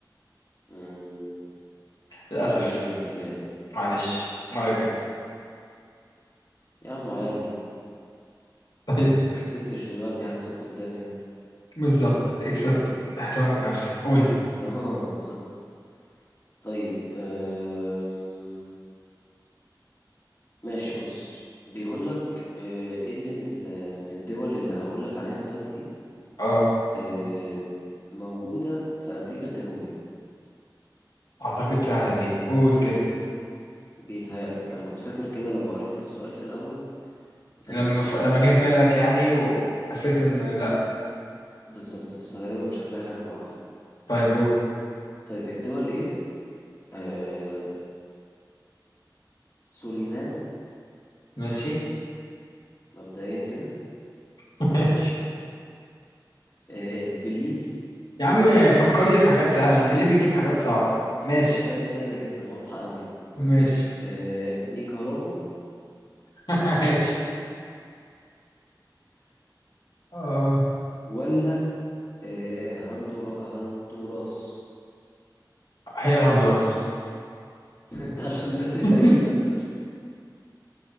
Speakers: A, on the left; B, on the left.
A: مم.
B: للأسف
A: الفاتيكان
B: معلش المرة الجاية
A: يا عم عادي
B: طيب
A: ما كسبتش دلوقتي هكسب قدام يعني
B: بالظبط اكسب احترامك لنفسك قول
A: <laughs> اه بالظبط طيب أم... ماشي بص بيقول لك ايه اللي من ال- من الدول اللي هقول لك عليها دلوقتي دي
B: اه
A: آه، موجودة في أمريكا الجنوبية
B: اعتقد سهلة دي قول كده
A: بيتهيألك أنا كنت فاكر كده لما قريت السؤال في الأول
B: لما
A: بس
B: ف...
A: آه،
B: لما جه في بالك يعني وحسيت ان لا
A: بالظبط بس غالبا مش هتلاقي حاجة تعرفها
B: طيب قول
A: طيب الدول إيه؟ آه، سورينام
B: ماشي
A: مبدئيا كده
B: <laughs> ماشي
A: آه، بليز
B: يا عم فكرني في حاجات سهلة انت ليه بتجيب حاجات صعبة ماشي
A: صدقني سهلة جدا واضحة أوي يعني
B: ماشي
A: آه، نيكاراجو
B: <laughs> ماشي اه
A: ولا آه، هندورا هندوراس
B: هي الهندوراس
A: <laughs> ده عشان الناس الباقيين
B: <laughs>
A: بس